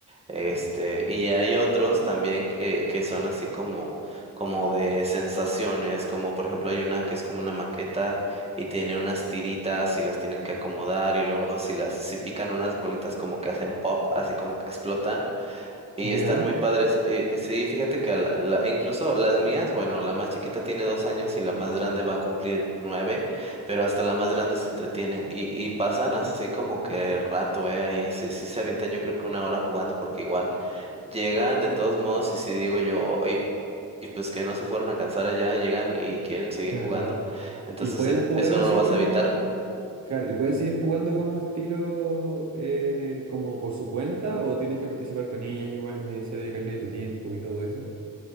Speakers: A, on the right; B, on the right.
A: Este, y hay otros también que, que son así como, como de sensaciones, como por ejemplo hay una que es como una maqueta y tiene unas tiritas y las tienen que acomodar y luego si las, si pican unas bolitas como que hacen pop, así como que explotan y
B: ya,
A: están muy padres. Eh, sí, fíjate que a la- la- incluso las mías, bueno, la más chiquita tiene dos años y la más grande va a cumplir nueve, pero hasta la más grande se entretiene y, y pasan así como que rato, ¿eh? Ahí sí, sí se avientan yo creo que una hora jugando porque igual llegan de todos modos y si digo yo, "Oye, y pues que no se fueron a cansar allá, llegan y quieren seguir
B: claro.
A: jugando. Entonces
B: Y pueden
A: eh,
B: jugar
A: eso
B: así
A: no lo vas
B: como...
A: a evitar.
B: Claro, y pueden seguir jugando como estilo, eh, como por su cuenta, o tienes que participar con ellas igual, es necesario dedicarle tu tiempo y todo eso.